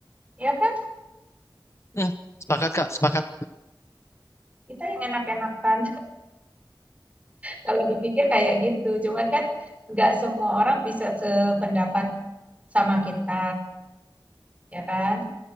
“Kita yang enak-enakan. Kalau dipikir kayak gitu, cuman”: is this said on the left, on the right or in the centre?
Right